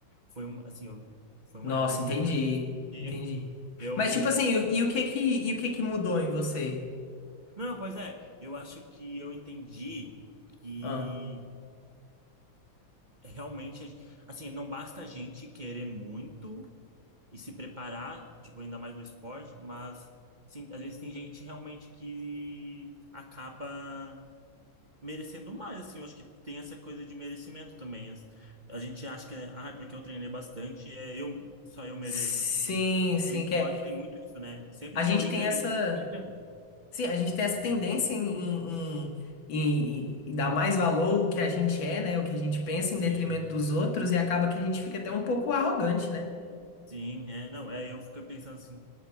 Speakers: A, on the right; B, on the left.
A: foi um, assim, eu, foi uma
B: Nossa,
A: época muito
B: entendi.
A: difícil porque
B: Entendi.
A: <laughs> eu
B: Mas, tipo assim, e, e o que que, e o que que mudou em você?
A: Não, pois é, eu acho que eu entendi que
B: Ah.
A: realmente, a gen- assim, não basta a gente querer muito e se preparar, tipo, ainda mais no esporte, mas sim, às vezes tem gente realmente que acaba merecendo mais, assim, eu acho que tem essa coisa de merecimento também. as- A gente acha que é, ah, é porque eu treinei bastante, é eu, só eu mereço,
B: Sim,
A: assim, então
B: sim,
A: no esporte
B: que é.
A: tem muito isso, né? Sempre
B: A
A: tem
B: gente
A: alguém
B: tem
A: ganhando
B: essa.
A: e alguém perdendo.
B: Sim, a gente
A: Então,
B: tem essa tendência em, em, em- em- em dar mais valor ao que a gente é, né? O que a gente pensa
A: sim,
B: em detrimento dos outros e acaba que a gente fica até um pouco arrogante, né?
A: sim, é, não, é, eu fico pensando assim,